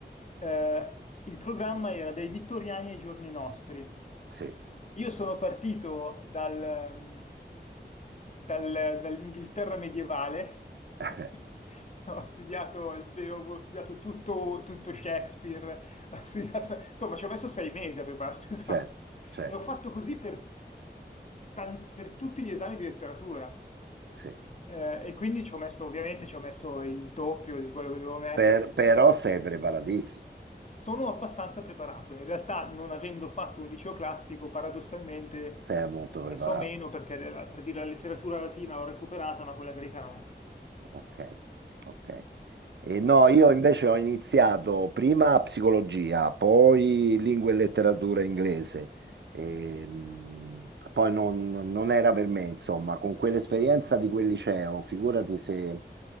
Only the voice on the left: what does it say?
eh, il programma era dai Vittoriani ai giorni nostri.
Io sono partito dal, mm, dal- dall'Inghilterra medievale,
<laughs> ho studiato il Beowulf, ho studiato tutto, tutto Shakespeare, ho studiato- insomma ci ho messo sei mesi a preparare questo esame
e ho fatto così per, tanti- per tutti gli esami di letteratura
Eh, e quindi ci ho messo, ovviamente ci ho messo il doppio di quello che dovevo mettere.
Sono abbastanza preparato, in realtà non avendo fatto un liceo classico, paradossalmente
eh, so meno perché eh, per dire la letteratura latina l'ho recuperata, ma quella greca no.
Eh,
ah,